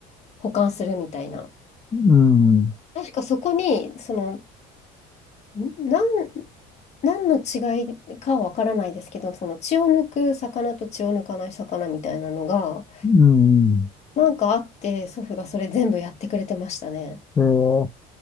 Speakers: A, on the left; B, on the left.
A: 保管するみたいな。
B: うん。
A: 確かそこに、その、ん何何の違いかはわからないですけど、その血を抜く魚と血を抜かない魚みたいなのが、
B: うん。
A: なんかあって、祖父がそれ全部やってくれてましたね。
B: ええ。